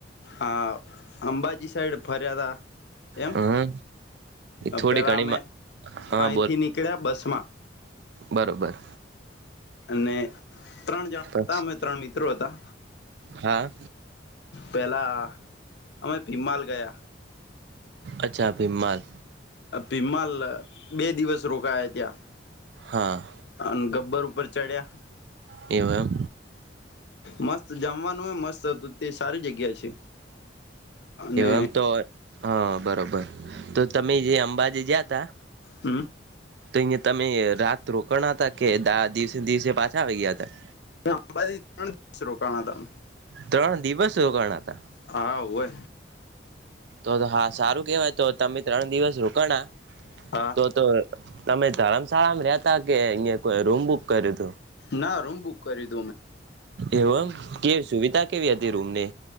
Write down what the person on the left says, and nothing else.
હા અંબાજી સાઈડ ફર્યાતા એમ?
પેલા
અમે
અહીંથી નીકળ્યા બસ માં
અને ત્રણ જણા
હતા અમે ત્રણ મિત્રો હતા.
પહેલાં અમે ભીમાલ ગયા.
પીમાલ બે દિવસ રોકાયા ત્યાં.
અને ગબ્બર ઉપર ચડ્યા.
મસ્ત જામવાનું એ મસ્ત હતું તે સારી જગ્યા છે. અને
હમ
અંબાજી ત્રણ દિવસ રોકાણ હતા.
હા ઉવે
હા
ના રૂમ બુક કરી થી.